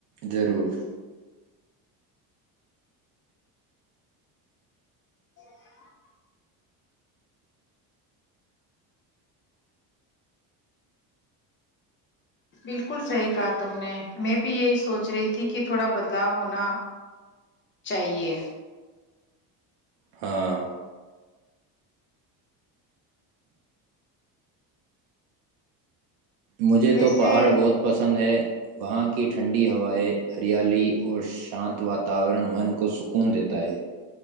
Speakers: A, on the right; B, on the left.
A: ضرور
B: <inaudible> بالکل صحیح کہا تم نے میں بھی یہی سوچ رہی تھی کہ تھوڑا بدلاؤ ہونا چاہیے
A: ہاں مجھے
B: ویسے
A: تو پہاڑ بہت پسند ہے وہاں کی ٹھنڈی ہوائیں ہریالی اور شانت وااتاورن من کو سکون دیتا ہے